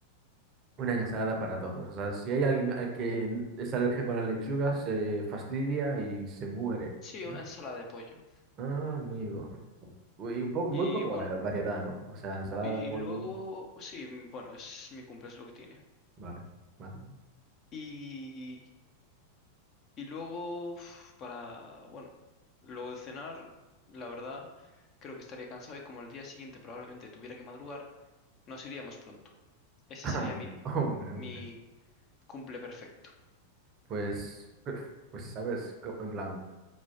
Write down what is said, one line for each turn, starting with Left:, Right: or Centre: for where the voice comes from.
Right: Una ensalada para todos. O sea, si hay alguien al que n- es alérgico a la lechuga, se fastidia y se muere,
Left: Sí,
Right: ¿no?
Left: una ensalada de pollo.
Right: Ah, amigo. Uy, Y un poco, muy
Left: Y
Right: poco
Left: bueno,
Right: va- variedad, ¿no? O sea, ensalada,
Left: y
Right: pollo,
Left: luego, sí, bueno, es mi cumple, es lo que tiene.
Right: vale, vale. <laughs>
Left: Y, y luego, uf, para, bueno, luego de cenar, la verdad, creo que estaría cansado y como el día siguiente probablemente tuviera que madrugar, nos iríamos pronto. Ese
Right: Ah,
Left: sería mi,
Right: hombre, hombre.
Left: mi cumple perfecto.
Right: Pues, <laughs> pues, sabes, co- en plan,